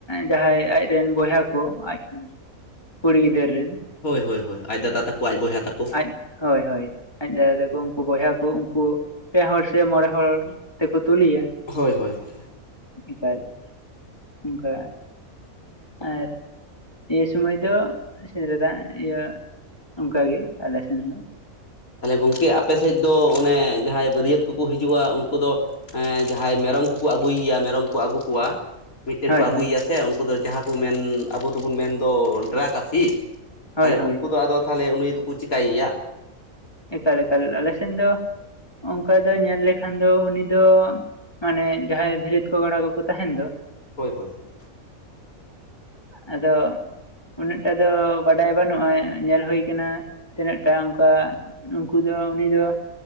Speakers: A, on the left; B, on the left.
A: ᱡᱟᱦᱟᱸᱭ ᱟᱡᱨᱮᱱ ᱵᱚᱭᱦᱟ ᱠᱚ ᱟᱡ ᱠᱩᱲᱤ ᱜᱤᱫᱽᱨᱟᱹ ᱨᱤᱱ
B: ᱦᱳᱭ ᱦᱳᱭ ᱦᱳᱭ ᱟᱡ ᱫᱟᱫᱟ ᱛᱟᱠᱚ ᱟᱡ ᱵᱚᱭᱦᱟ ᱛᱟᱠᱚ
A: ᱟᱡ ᱦᱳᱭ ᱦᱳᱭ ᱟᱡ ᱫᱟᱫᱟ ᱛᱟᱠᱚ ᱩᱱᱠᱩ ᱵᱚᱭᱦᱟ ᱠᱚ ᱩᱱᱠᱩ ᱯᱮ ᱦᱚᱲ ᱥᱮ ᱢᱚᱬᱮ ᱦᱚᱲ ᱛᱮᱠᱚ ᱛᱩᱞᱤᱭᱟ
B: ᱦᱳᱭ ᱦᱳᱭ ᱦᱳᱭ
A: ᱮᱠᱟᱞ ᱚᱱᱠᱟ ᱟᱨ ᱤᱭᱟᱹ ᱥᱩᱢᱟᱹᱭ ᱫᱚ ᱥᱤᱸᱫᱽᱨᱟᱹ ᱫᱟᱱ ᱤᱭᱟᱹ ᱚᱱᱠᱟ ᱜᱮ ᱟᱞᱮ ᱥᱮᱱ ᱫᱚ
B: ᱛᱟᱦᱚᱞᱮ ᱜᱚᱢᱠᱮ ᱟᱯᱮ ᱥᱮᱫ ᱫᱚ ᱚᱱᱮ ᱡᱟᱦᱟᱸᱭ ᱵᱟᱹᱨᱭᱟᱹᱛ ᱠᱚᱠᱚ ᱦᱤᱡᱩᱜᱼᱟ ᱩᱱᱠᱩ ᱫᱚ ᱸᱡᱟᱦᱟᱸᱭ ᱢᱮᱨᱚᱢ ᱠᱚᱠᱚ ᱟᱹᱜᱩᱭᱮᱭᱟ ᱢᱮᱨᱚᱢ ᱠᱚ ᱟᱹᱜᱩ ᱠᱚᱣᱟ ᱢᱤᱫ ᱴᱮᱱ
A: ᱦᱳᱭ
B: ᱠᱚ ᱟᱹᱜᱩᱭᱮᱭᱟ
A: ᱦᱳᱭ
B: ᱥᱮ ᱩᱱᱠᱩ ᱫᱚ ᱡᱟᱦᱟᱸ ᱠᱚ ᱢᱮᱱ ᱟᱵᱚ ᱫᱚᱵᱚᱱ ᱢᱮᱱᱫᱚ ᱰᱮᱨᱟ ᱠᱟᱥᱤ ᱛᱟᱦᱚᱞᱮ
A: ᱦᱳᱭ ᱦᱳᱭ
B: ᱩᱱᱠᱩ ᱫᱚ ᱟᱫᱚ ᱛᱟᱦᱞᱮ ᱩᱱᱤ ᱫᱚᱠᱚ ᱪᱤᱠᱟᱹᱭᱮᱭᱟ
A: ᱮᱠᱟᱞ ᱮᱠᱟᱞ ᱟᱞᱮ ᱥᱮᱱ ᱫᱚ ᱚᱱᱠᱟ ᱫᱚ ᱧᱮᱞ ᱞᱮᱠᱷᱟᱱ ᱫᱚ ᱩᱱᱤ ᱫᱚ ᱢᱟᱱᱮ ᱡᱟᱦᱟᱸᱭ ᱵᱷᱟᱹᱨᱭᱟᱹᱛ ᱠᱚ ᱠᱚᱲᱟ ᱠᱚᱠᱚ ᱛᱟᱦᱮᱱ ᱫᱚ
B: ᱦᱳᱭ ᱦᱳᱭ ᱦᱳᱭ
A: ᱟᱫᱚ ᱩᱱᱟᱹᱜ ᱴᱟᱜ ᱫᱚ ᱵᱟᱰᱟᱭ ᱵᱟᱹᱱᱩᱜᱼᱟ ᱧᱮᱞ ᱦᱳ ᱟᱠᱟᱱᱟ ᱛᱤᱱᱟᱹᱜ ᱴᱟᱜ ᱚᱱᱠᱟ ᱩᱱᱠᱩ ᱫᱚ ᱩᱱᱤ ᱫᱚ